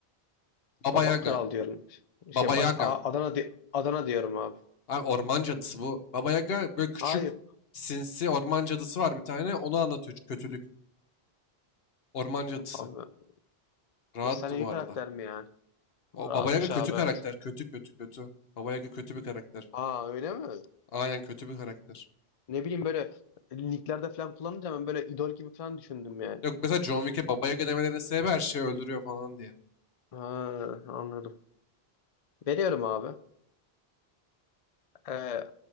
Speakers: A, on the left (about 70°); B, on the left (about 45°).
A: Baba
B: Baba
A: Yaga
B: Kral diyorum. Şey
A: Baba
B: baş-
A: Yaga
B: A- Adana di- Adana diyorum abi.
A: Abi orman cadısı bu. Baba Yaga böyle küçük
B: Hayır
A: sinsi orman cadısı var bir tane. Onu anlatıyor çünkü kötülük. Orman cadısı.
B: abi.
A: Rahattı
B: Efsanevi
A: bu
B: karakter
A: arada.
B: mi yani?
A: O
B: Rahatmış
A: Baba Yaga kötü
B: abi
A: karakter.
B: evet.
A: Kötü kötü kötü. Baba Yaga kötü bir karakter.
B: Aa öyle mi?
A: Aynen kötü bir karakter.
B: Ne bileyim böyle linklerde falan kullanınca ben böyle idol gibi falan düşündüm yani.
A: Yok mesela John Wick'e Baba Yaga demelerinin sebebi her şeyi öldürüyor falan diye.
B: Ha anladım. Veriyorum abi. Ee,